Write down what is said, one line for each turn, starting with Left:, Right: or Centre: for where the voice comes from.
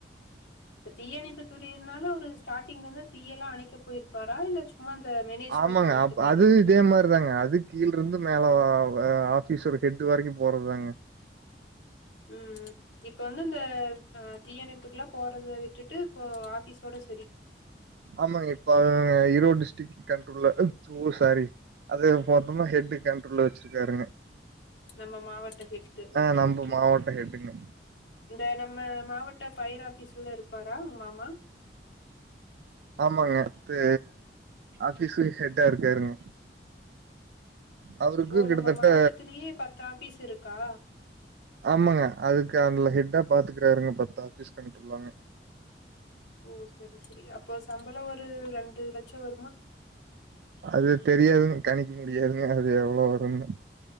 Left: இப்ப தீயணைப்பு துறையிலனாலு ஒரு ஸ்டாடிங்லந்து தீயெல்லா அணைக்க போயிர்ப்பாரா இல்ல சும்மா இந்த மேனேஜ்மெண்ட்
Right: ஆமாங்க
Left: மட்டுந்தானா
Right: அப் அது இதே மாரிதாங்க அது கீழ்ருந்து மேல ஆபிஸ் ஒரு ஹெட் வரைக்கு போறத்தாங்க
Left: ம்ம் இப்ப வந்து இந்த தீயணைப்புக்கெல்லா போறத விட்டுட்டு இப்போ ஆபிஸோட சரி
Right: ஆமாங்க இப்போ ஈரோட் டிஸ்ட்ரிக் கண்ட்ரோல்ல ஓ சாரி அது பாத்தோனா ஹெட்டு கண்ட்ரோல்ல வச்சிருக்காருங்க
Left: நம்ம மாவட்ட ஹெட்டு
Right: ஆ
Left: ஓகே
Right: நம்ம
Left: ஓகே
Right: மாவட்ட ஹெட்டுங்க
Left: இந்த நம்ம மாவட்ட பயர் ஆபிஸ்ல இருப்பாரா உங் மாமா
Right: ஆமாங்க இப்ப ஆபீஸ்க்கு ஹெட்டா இருக்காருங்க அவருக்கு
Left: ஓ
Right: கிட்டத்தட்ட
Left: நம்ம மாவட்டத்துலயே பத்து ஆபீஸ் இருக்கா
Right: ஆமாங்க அதுக்கு அதலா ஹெட்டா பாத்துக்குறார்ங்க பத்தாபீஸ கண்ட்ரோலாங்க
Left: ஓ சரி சரி அப்போ சம்பளொ ஒரு ரெண்டு லச்சொ வருமா
Right: அது தெரியாதுங்க கணிக்க முடியாதுங்க அது எவ்ளோ வருன்னு